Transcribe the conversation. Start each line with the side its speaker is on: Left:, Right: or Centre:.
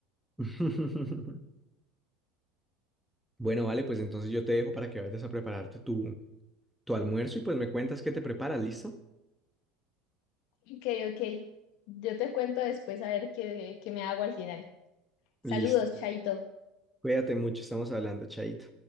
Centre: <laughs> Bueno, vale, pues entonces yo te dejo para que vayas a prepararte tu, tu almuerzo y pues me cuentas qué te preparas, ¿listo?
Left: Ok, ok. Yo te cuento después a ver qué, qué me hago al final. Saludos,
Centre: Listo.
Left: Chaito.
Centre: Cuídate mucho, estamos hablando, chaito.